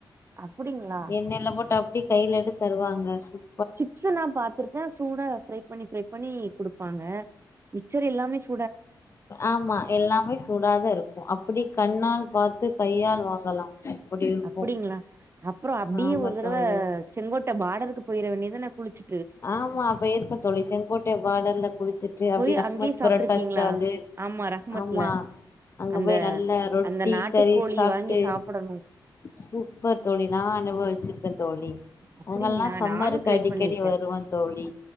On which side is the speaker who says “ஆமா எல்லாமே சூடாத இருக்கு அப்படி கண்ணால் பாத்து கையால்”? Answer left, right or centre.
Left